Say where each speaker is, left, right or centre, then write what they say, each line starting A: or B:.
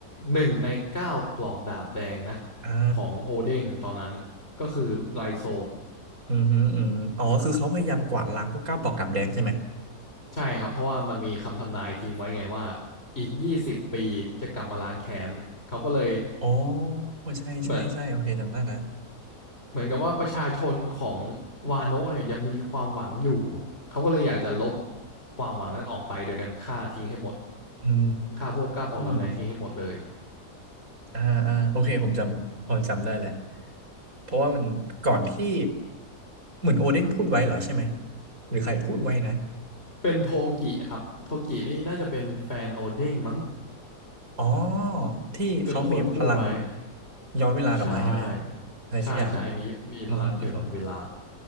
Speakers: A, on the left; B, on the right.
A: หนึ่งในเก้าปลอกดาบแดงนะ
B: อ่า
A: ของโอเด้งตอนนั้นก็คือไรโซ
B: อืมฮึอืมอ๋อคือเขาพยายามกวาดล้างพวกก้าวปอกดาบแดงใช่ไหม
A: ใช่ครับเพราะว่ามันมีคำทำนายทิ้งไว้ไงว่าอีกยี่สิบปีจะกลับมาล้างแค้นเขาก็เลย
B: อ๋อใช่ใช่ใช่โอเคจำได้ละ
A: เหมือนเหมือนกับว่าประชาชนของวาโนะเนี่ยยังมีความหวังอยู่เขาก็เลยอยากจะลบความหวังนั้นออกไปโดยการฆ่าทิ้งให้หมด
B: อื
A: ฆ่าพวกเก้าปลอกดาบแดงทิ้งให้หมดเลย
B: มอ่าอ่าโอเค ผมจำ พอจำได้แหละ เพราะว่ามันก่อนที่เหมือนโอเด้งพูดไว้เหรอใช่ไหมหรือใครพูดไว้นะ
A: เป็นโทกิครับ โทกินี่น่าจะเป็นแฟนโอเด้งมั้ง
B: อ๋อที่เขามีพลัง
A: เป็นคนพูดไว้
B: ย้อนเวลากลับมาใช่ไหม
A: ใช่
B: อะไรสักอย่าง
A: ใช่ ใช่ มีมีพลังเกี่ยวกับเวลา
B: อือฮึอือฮึ